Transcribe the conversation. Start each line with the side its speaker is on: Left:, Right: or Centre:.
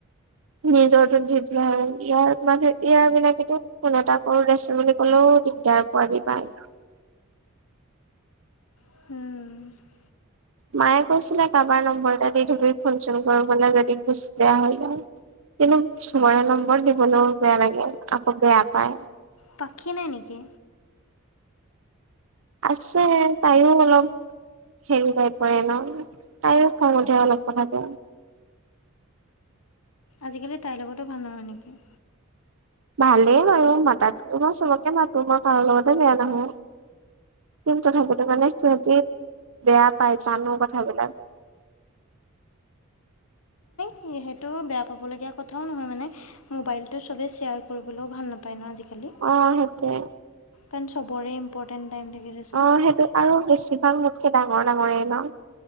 Right: নিজৰটোত দি দিলে হয়, ইয়াৰ মানে ইয়াৰ বিলাকেতো ফোন এটা কৰো আছে বুলি ক'লেওঁ দিগদাৰ পোৱাদি পায়।
Left: উম। উম।
Right: মায়ে কৈছিলে কাৰোবাৰ নম্বৰ এটা দি থবি ফোন চোন কৰিবলৈ যদি কুচ বেয়া হৈ যায়। কিন্তু চবৰে নম্বৰ দিবলৈও বেয়া লাগে, আকৌ বেয়া পায়।
Left: পাখি নাই নেকি?
Right: আছে তাইও অলপ হেৰি টাইপৰ ন' তাইৰো খং উঠে অলপ কথাতে।
Left: আজিকালি তাইৰ লগতো ভাল নহয় নেকি।
Right: ভালেই বাৰু মাতাতেতো মই চবকে মাতো, মই কাৰো লগতে বেয়া নহওঁ। কিন তথাপিতো মানে সিহঁতি বেয়া পায় জানো কথাবিলাক।
Left: সেইহেটো বেয়া পাবলগীয়া কথাওঁ নহয় মানে মোবাইলটো চবেই শ্বেয়াৰ কৰিবলৈও ভাল নাপায় ন' আজিকালি।
Right: অ' সেইটোৱে।
Left: কাৰণ চবৰে ইম্পৰ্টেণ্ট টাইম থাকে যে।
Right: অ' সেইটো আৰু বেছিভাগ মোতকে ডাঙৰ ডাঙৰেই ন'।